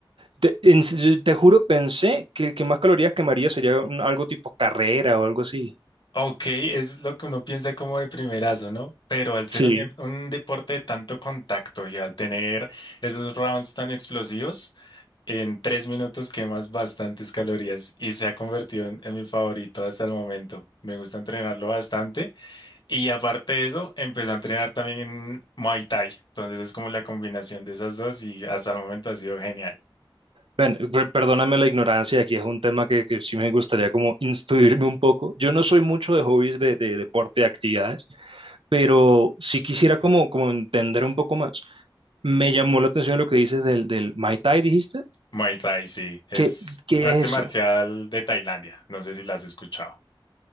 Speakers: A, on the right; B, on the left.
A: te, en serio, te juro, pensé que el que más calorías quemaría sería un- algo tipo carrera o algo así.
B: Ok, es lo que uno piensa como de primerazo, ¿no? Pero al ser
A: Sí.
B: un, em- un deporte de tanto contacto y al tener esos rounds tan explosivos, en tres minutos quemas bastantes calorías y se ha convertido en, en mi favorito hasta el momento. Me gusta entrenarlo bastante y aparte de eso, empecé a entrenar también en Muay Thai. Entonces es como la combinación de esas dos y hasta el momento ha sido genial.
A: Bueno, per- perdóname la ignorancia, aquí es un tema que, que sí me gustaría como instruirme un poco. Yo no soy mucho de hobbies de, de deporte, de actividades, pero sí quisiera como, como entender un poco más. Me llamó la atención lo que dices del, del Mai Tai, ¿dijiste?
B: Muay Thai, sí, es
A: ¿Qué, qué
B: un arte
A: es
B: marcial
A: eso?
B: de Tailandia. No sé si la has escuchado.